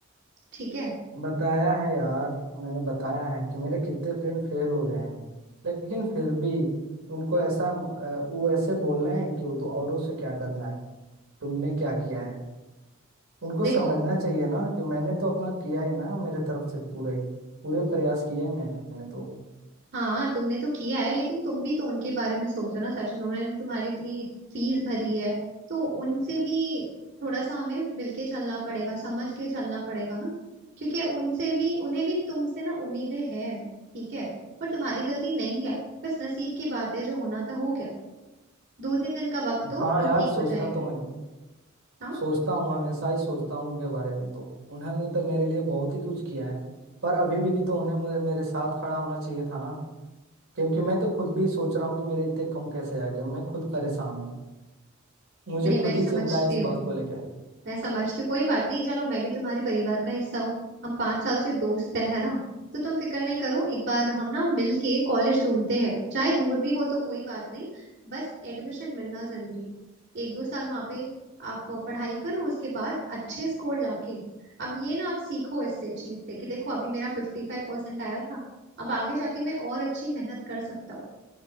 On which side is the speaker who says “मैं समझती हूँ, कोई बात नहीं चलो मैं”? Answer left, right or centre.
Right